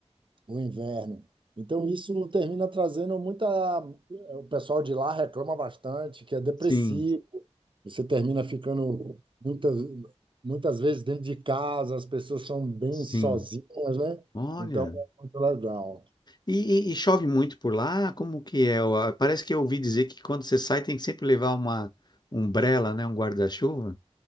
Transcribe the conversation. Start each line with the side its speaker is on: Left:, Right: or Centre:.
Right: o inverno. Então, isso termina trazendo muita. O pessoal de lá reclama bastante, que é depressivo.
Left: sim,
Right: Você termina ficando muitas, muitas vezes dentro de casa, as pessoas são bem
Left: sim.
Right: sozinhas, né?
Left: Olha,
Right: Então, é muito legal.
Left: e, e- e chove muito por lá? Como que é? Eu, ah, Parece que eu ouvi dizer que quando você sai tem que sempre levar uma umbrella, né? Um guarda-chuva.